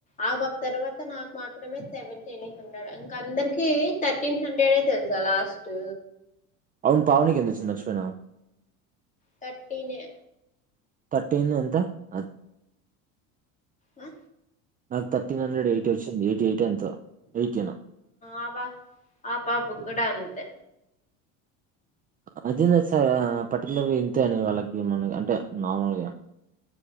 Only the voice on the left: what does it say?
ఆ పాప తర్వాత నాకు మాత్రమే సెవెన్ టీన్ హండ్రెడ్ ఇంక అందరికి థర్టీన్ హండ్రెడే తెలుసా లాస్ట్.
థర్టీన్ ఏ
ఆ
ఆ పా ఆ పాప కూడా అంతే.